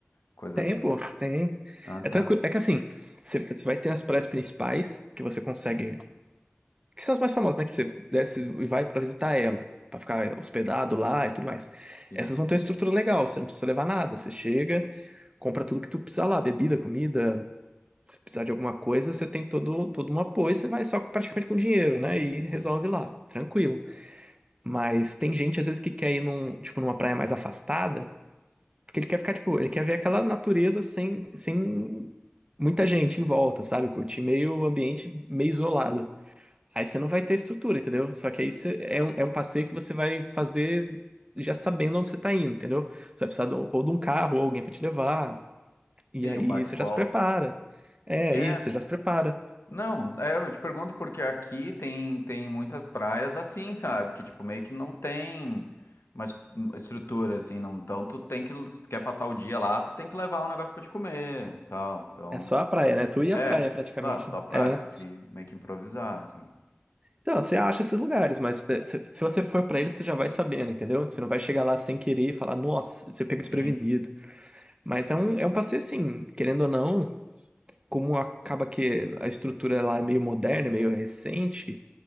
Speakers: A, on the left; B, on the right.
A: coisa
B: tem,
A: assim.
B: pô, tem.
A: Ah, tá.
B: É tranquilo. É que assim, você você vai ter as praias principais que você consegue que são as mais famosas, né? Que você desce e vai pra visitar ela, pra ficar hospedado lá e tudo mais.
A: Sim,
B: Essas vão ter uma estrutura legal, você não precisa levar nada. Você chega, compra tudo que tu precisar lá, bebida, comida, se precisar de alguma coisa, você tem todo, todo um apoio, você vai só praticamente com dinheiro, né? E resolve
A: sim.
B: lá, tranquilo. Mas tem gente, às vezes, que quer ir num, tipo, numa praia mais afastada, porque ele quer ficar, tipo, ele quer ver aquela natureza sem, sem muita gente em volta, sabe? Curtir meio ambiente meio isolado. Aí você não vai ter estrutura, entendeu? Só que aí você- é um, é um passeio que você vai fazer já sabendo onde você tá indo, entendeu? Você vai precisar de um- ou de um carro ou alguém pra te levar. E
A: Sim,
B: aí
A: um bate-volta.
B: você já se prepara. É
A: É.
B: isso, você já se prepara.
A: Não, é, eu te pergunto porque aqui tem, tem muitas praias assim, sabe? Que tipo, meio que não tem uma es- uma estrutura, assim, não. Então tu tem que, se tu quer passar o dia lá, tu tem que levar um negócio pra te comer, tal. então.
B: É só a praia, né? Tu e a
A: É,
B: praia praticamente.
A: exato, só
B: né?
A: praia,
B: É.
A: tem que meio que improvisar, assim.
B: Então, você acha esses lugares, mas é, se, se você for pra eles, você já vai sabendo, entendeu? Você não vai chegar lá sem querer e falar, nossa, você pega desprevenido.
A: Sim.
B: Mas é um, é um passeio assim, querendo ou não, como acaba que a estrutura lá é meio moderna, é meio recente.